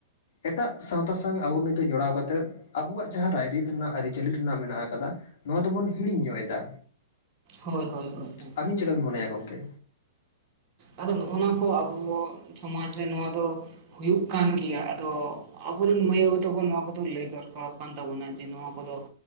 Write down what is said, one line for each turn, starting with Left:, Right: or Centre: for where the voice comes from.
Left: ᱮᱴᱟᱜ ᱥᱟᱶᱛᱟ ᱥᱟᱝ ᱟᱵᱚ ᱱᱤᱛᱚᱜ ᱡᱚᱲᱟᱣ ᱠᱟᱛᱮᱫ ᱟᱵᱚᱣᱟᱜ ᱡᱟᱦᱟᱸ ᱨᱟᱭᱨᱤᱛ ᱨᱮᱱᱟᱜ ᱟᱹᱨᱤ ᱪᱟᱹᱞᱤ ᱨᱮᱱᱟᱜ ᱢᱮᱱᱟᱜ ᱟᱠᱟᱫᱟ, ᱱᱚᱣᱟ ᱫᱚᱵᱚᱱ ᱦᱤᱲᱤᱧ ᱧᱚᱜ ᱮᱫᱟ᱾
Right: ᱦᱳᱭ ᱦᱳᱭ ᱦᱳᱭ ᱦᱳᱭ᱾
Left: ᱟᱹᱵᱤᱱ ᱪᱮᱫ ᱠᱟ ᱵᱤᱱ ᱢᱚᱱᱮᱭᱟ ᱜᱚᱝᱠᱮ?
Right: ᱟᱫᱚ ᱱᱚᱜᱼᱚᱱᱟ ᱠᱚ ᱟᱵᱚ ᱥᱚᱢᱟᱡᱽ ᱨᱮ ᱱᱚᱣᱟ ᱫᱚ ᱦᱩᱭᱩᱜ ᱠᱟᱱ ᱜᱮᱭᱟ, ᱟᱫᱚ ᱟᱵᱚ ᱨᱮᱱ ᱢᱟᱹᱭ ᱵᱟᱹᱵᱩ ᱛᱟᱠᱚ ᱱᱚᱣᱟ ᱠᱚᱫᱚ ᱞᱟᱹᱭ ᱫᱚᱨᱠᱟᱨᱚᱜ ᱠᱟᱱ ᱛᱟᱵᱚᱱᱟ, ᱡᱮ ᱱᱚᱣᱟ ᱠᱚᱫᱚ